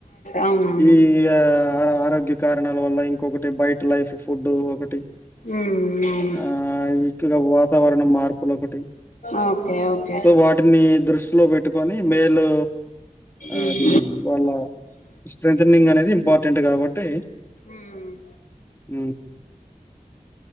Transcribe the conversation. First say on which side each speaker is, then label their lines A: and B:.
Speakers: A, on the left; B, on the left.
A: అవునవును
B: ఈ ఆ ఆ ఆరోగ్య కారణాల వల్ల ఇంకొకటి బయట లైఫ్ ఫుడ్ ఒకటి
A: ఉమ్ అవును
B: ఆ ఎక్కువగా వాతావరణం మార్పులు ఒకటి
A: ఓకే ఓకే
B: సో వాటిని దృష్టిలో పెట్టుకొని మేలు
A: ఉమ్
B: అది వాళ్ళ స్ట్రెథనింగ్ అనేది ఇంపార్టెంట్ కాబట్టి
A: ఉమ్
B: ఊ